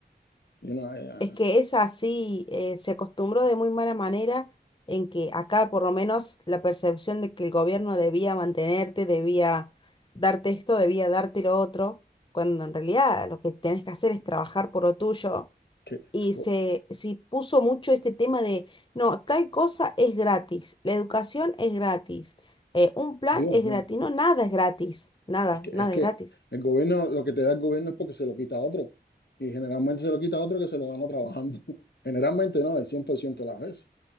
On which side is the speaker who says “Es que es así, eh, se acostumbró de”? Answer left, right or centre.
Left